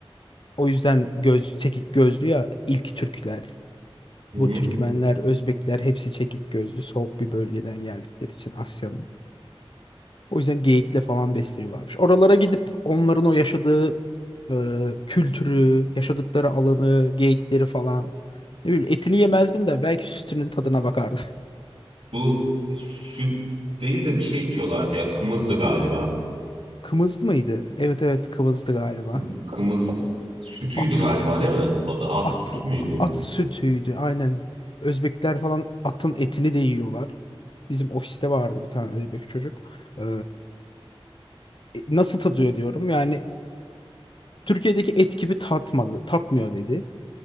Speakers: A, on the left; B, on the right.
A: O yüzden göz, çekik gözlü ya ilk Türkler.
B: Hı
A: Bu
B: hı.
A: Türkmenler, Özbekler hepsi çekik gözlü, soğuk bir bölgeden geldikleri için Asya'nın. O yüzden geyikle falan besleniyorlarmış. Oralara gidip onların o yaşadığı e, kültürü, yaşadıkları alanı, geyikleri falan. Ne bileyim etini yemezdim de belki sütünün tadına bakardım.
B: Bu süt değil de bir şey içiyorlardı ya. Kımızdı galiba.
A: <laughs> Kımız mıydı? Evet evet kımızdı galiba.
B: Kı- Kımız sütüydü
A: At,
B: galiba değil mi? O da at
A: at,
B: sütü müydü?
A: at sütüydü aynen. Özbekler falan atın etini de yiyorlar. Bizim ofiste vardı bir tane Özbek çocuk. Ee, e, nasıl tadıyor diyorum. Yani Türkiye'deki et gibi tatmadı, tatmıyor dedi.